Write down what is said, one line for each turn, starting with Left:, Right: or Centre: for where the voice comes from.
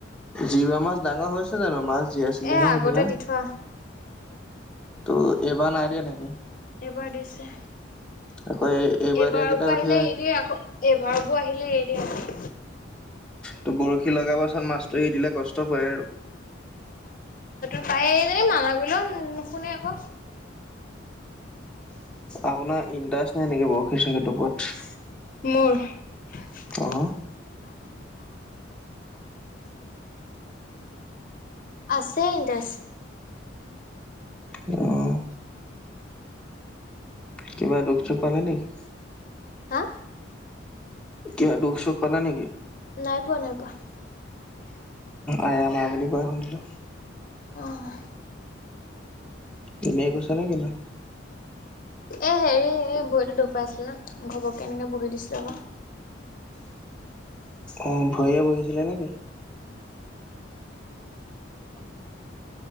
Centre: জিৱা মাছ ডাঙৰ হৈছে জানো? মাছ জীয়াইছিলেহে
Left: এ আগতে
Centre: সেইদিনা।
Left: দি থোৱা
Centre: ত'এইবাৰ নাই দিয়া নেকি?
Left: এইবাৰ দিছে।
Centre: আকৌ এই
Left: এইবাৰ
Centre: দিয়া কেইটা
Left: বৌ
Centre: উঠি
Left: আহিলে এই দি আকৌ। এইবাৰ বৌ আহিলে এই দি আকৌ।
Centre: তোৰ, বৰশী লগাবাচোন মাছ। তই এৰি দিলে কষ্ট পায় আৰু।
Left: তাই এৰিলে, মানা কৰিলেও নুশুনে আকৌ।
Centre: আপোনাৰ ইণ্ট্ৰাছ নাই নেকি? বহু কিছু ক্ষেত্ৰৰ ওপৰত।
Left: মোৰ। <unintelligible>
Centre: অ',
Left: আছে ইণ্ট্ৰাৰেছ।
Centre: <inaudible> কিবা দুখ চুখ পালা নেকি?
Left: হা
Centre: কিবা দুখ চোখ পালা নেকি?
Left: নাই পোৱা নাই পোৱা।
Centre: আয়া মাই বুলি কোৱা শুনিলো।
Left: অহ,
Centre: এনেই কৈছ নে কিনো।
Left: এ হেৰি-হেৰি এই ভৰিতো দুখ পাইছিল ন ঘপক এনেকে বহি দিছিলো আকৌ।
Centre: অ' ভয়ে বহিছিলে নেকি? অ',